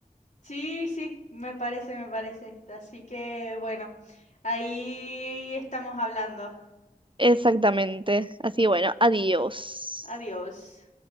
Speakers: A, on the left; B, on the right.
A: Sí, sí, me parece, me parece. Así que bueno, ahí estamos hablando.
B: Exactamente. Así bueno, adiós.
A: Adiós.